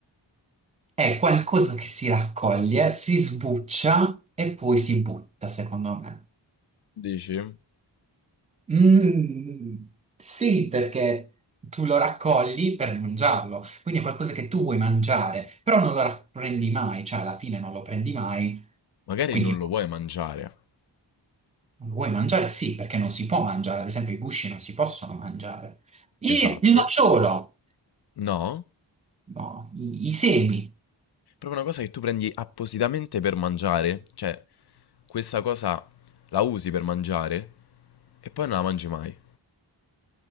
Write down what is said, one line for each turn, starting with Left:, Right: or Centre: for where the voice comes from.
Right: È qualcosa che si raccoglie, si sbuccia e poi si butta, secondo me.
Left: Dici?
Right: Mm, sì, perché tu lo raccogli per mangiarlo, quindi è qualcosa che tu vuoi mangiare, però non lo ra- prendi mai, cioè alla fine non lo prendi mai,
Left: Magari
Right: quindi
Left: non
Right: lo
Left: lo vuoi mangiare.
Right: vuoi mangiare? Sì, perché non si può mangiare, ad esempio i gusci non si possono mangiare. I-
Left: Esatto.
Right: il nocciolo,
Left: No,
Right: no, i, i semi,
Left: proprio una cosa che tu prendi appositamente per mangiare, cioè questa cosa la usi per mangiare e poi non la mangi mai.